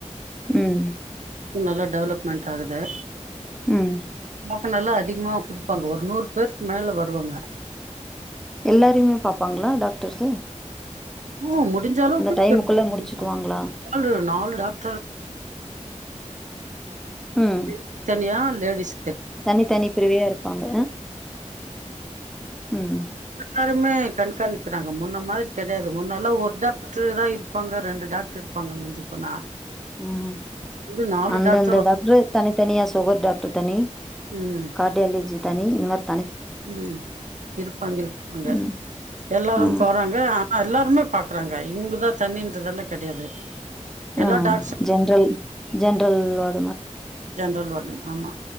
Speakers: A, in the centre; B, on the right.
A: ம்
B: நல்லா டெவலப்மெண்ட் ஆகுது
A: ம்
B: டோக்கன் எல்லா அதிகமா குடுப்பாங்க ஒரு நூறு பேருக்கு மேல வருவாங்க
A: எல்லாரையுமே பாப்பாங்ளா டாக்டர்ஸ்
B: ஓ முடிஞ்ச அளவுக்கு
A: டைமுக்குள்ள
B: பேப்
A: முடிச்சுக்குவாங்களா
B: நாலு நாலு டாக்டர்
A: ம்
B: இது தனியா லேடீஸ்
A: தனி தனி பிரிவையா இருப்பாங்க ம்
B: எல்லாருயு மே கண்காணிக்கிறாங்க முன்ன மாரி கெடையாது முன்னல்லா ஒரு டாக்டரு தா இருப்பாங்க ரெண்டு டாக்டர் பாங்க மிஞ்சி போனா
A: ம்
B: இது நாலு
A: அந்தந்த
B: டாக்டர் வ
A: டாக்ட்ரு தனி தனியா சுகர் டாக்ட்ரு தனி
B: ம்
A: கா ர்டியாலிஜி தனி இந்த மார்
B: ம் இருப்பாங்க இருப்பாங்க
A: ம்
B: எல்லாரும்
A: ஆ
B: போறாங்க ஆ ஆ எல்லாருமே பாக்கறாங்க இவங்கதா தனின்றதெல்லா கெடையாது எல்லா
A: ஆ
B: டாக்டர்ஸ்னாலு
A: ஜென்ரல் ஜென்ரல் வார்டுங்க
B: ஜென்ரல் வார்டுங் ஆமா